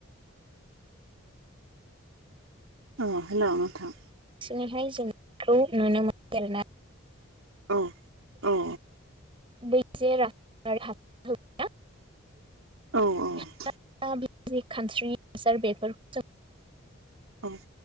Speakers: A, on the right (about 85°); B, on the right (about 25°).
A: अ हेलौ नोंथां
B: बांसिनैहाय जोंखौ नुनो मोनो आरोना
A: औ औ
B: बै <unintelligible>
A: औ औ
B: <unintelligible> खानस्रिनि हासार बेफोरखौ जों
A: औ